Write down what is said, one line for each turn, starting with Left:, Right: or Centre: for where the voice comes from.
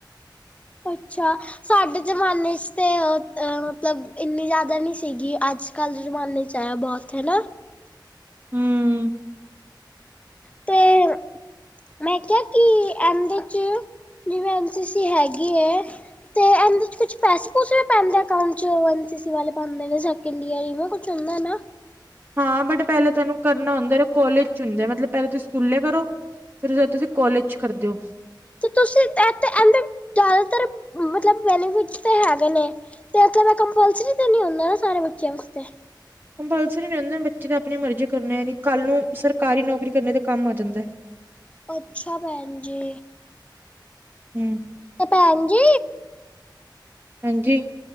Left: ਅੱਛਾ ਸਾਡੇ ਜ਼ਮਾਨੇ ਚ ਤੇ ਮਤਲਬ ਇੰਨੀ ਜ਼ਿਆਦਾ ਨੀ ਸੀਗੀ ਅੱਜ ਕੱਲ ਦੇ ਜਮਾਨੇ ਚ ਹੈ ਬਹੁਤ ਹੈਨਾ?
Right: ਹਮ। <inaudible>
Left: ਤੇ ਮੈਂ ਕਿਹਾ ਕਿ ਐਮ ਦੇ ਚ ਜਿਵੇਂ ਐਨ ਸੀ ਸੀ ਹੈਗੀ ਐ ਤੇ ਇਹਦੇ ਚ ਕੁਛ ਪੈਸੇ ਪੂਸੇ ਵੀ ਪੈਂਦੇ ਅਕਾਊਂਟ ਚ ਐਨ ਸੀ ਸੀ ਵਾਲੇ ਪਾਉਂਦੇ ਨੇ ਇੰਡੀਆਂ <unintelligible> ਕੁਛ ਹੁੰਦਾ ਨਾ
Right: ਹਾਂ ਬਟ ਪਹਿਲਾਂ ਤੁਹਾਨੂੰ ਕਰਨਾ ਹੁੰਦਾ ਨਾ ਕੋਲਜ ਚ ਹੁੰਦਾ ਮਤਲਬ ਪਹਿਲ ਤੁਸੀਂ ਸਕੂਲੇ ਕਰੋ ਫੇਰ ਓਸਤੋਂ ਬਾਅਦ ਤੁਸੀਂ ਕੋਲਜ ਕਰਦੇ ਹੋ।
Left: ਤੇ ਤੁਸੀਂ ਇ ਇਹਦੇ ਜਿਆਦਾਤਰ ਮਤਲਬ ਬੈਨੀਫਿਟ ਤੇ ਹੈਗੇ ਨੇ ਤੇ ਇਹ ਕਿਹਾ ਮੈਂ ਕੰਪਲਸਰੀ ਤੇ ਨੀ ਹੁੰਦਾ ਨਾ ਸਾਰੇ ਬੱਚਿਆਂ ਵਾਸਤੇ?
Right: ਕੰਪਲਸਰੀ ਨਹੀਂ ਹੁੰਦਾ ਬੱਚੇ ਤਾਂ ਆਪਣੀ ਮਰਜ਼ੀ ਕਰੇ <unintelligible> ਕੱਲ੍ਹ ਨੂੰ ਸਰਕਾਰੀ ਨੌਕਰੀ ਕਰਨ ਤੇ ਕੰਮ ਆ ਜਾਂਦਾ।
Left: ਅੱਛਾ ਭੈਣ ਜੀ।
Right: ਹਮ।
Left: ਤੇ ਭੈਣ ਜੀ
Right: ਹਾਂਜੀ।